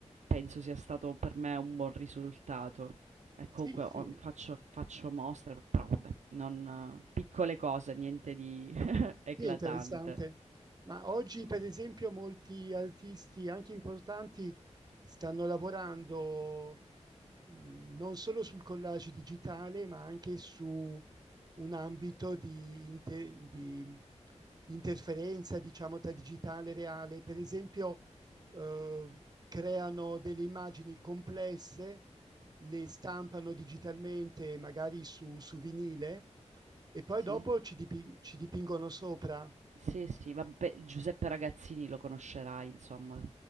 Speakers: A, on the right; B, on the right.
A: penso sia stato per me un buon risultato. E comunque
B: sì, sì.
A: ho faccio faccio mostre, però vabbè, non piccole cose, niente di <laughs> eclatante.
B: Sì, è interessante. Ma oggi, per esempio, molti artisti, anche importanti, stanno lavorando, mhmm, non solo sul collage digitale, ma anche su un ambito di inte di di interferenza, diciamo, tra digitale e reale. Per esempio, uhm, creano delle immagini complesse, le stampano digitalmente, magari su su vinile e poi
A: Sì,
B: dopo ci, dipi- ci dipingono sopra.
A: sì, sì, vabbè, Giuseppe Ragazzini lo conoscerai, insomma.